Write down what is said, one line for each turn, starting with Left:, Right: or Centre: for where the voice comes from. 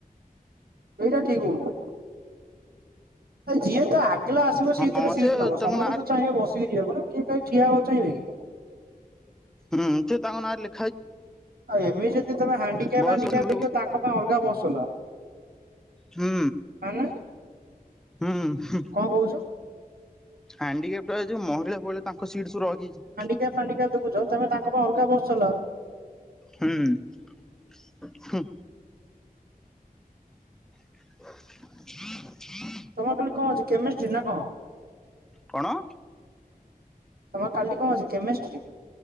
Right: ଏଇଟା ଠିକ୍ ହଉନି। ଏଯିଏ ତାର ଆଗେଲା ଆସିବ ସିଏତାର
Centre: ହଁ
Right: ସିଟ୍
Centre: ସେ
Right: ନବ
Centre: ତାଙ୍କ
Right: ସମେତ
Centre: ନାଁରେ
Right: ଚାହିଁବେ ବସିକି ଯିବାକୁନା କିଏ କାଇ ଠିଆ ହବାକୁ ଚାହିଁବେକି
Centre: ହୁଁ ସିଏତାଙ୍କ ନାଁରେ ଲେ
Right: ଆଉ ଏମିତି ଯଦି ତମେ ହାଣ୍ଡିକା
Centre: ବୟସ
Right: ଫାଣ୍ତିକା
Centre: ହୁଁ
Right: ଦେଖିବ ତାଙ୍କ ପାଇଁ ଅଲଗା ବସ୍ ଚଲାଅ।
Centre: ହୁଁ।
Right: ମାନେ
Centre: ହୁଁ ହୁ
Right: କଣ କହୁଛୁ?
Centre: ଆଡିିକା ଏରା ଯୋଉ ମହିଳା ଫଇଳା ତାଙ୍କ ସିଟ୍ ସବୁ ରହିିଯାଇଚି।
Right: ହ୍ୟାଣ୍ଡ କପା ଦେଖୁଚ ତମେ ତାଙ୍କ ପାଇଁ ଅଲଗା ବସ୍ ଚଲାଅ।
Centre: ହୁଁ ହୁଁ। <inaudible>
Right: ତମର କାଲି କଣ ଅଛି କେମିଷ୍ଟ୍ରି ନାକଣ?
Centre: କଣ?
Right: ତମେ କାଲି କଣ ଅଛି କେମିଷ୍ଟ୍ରି?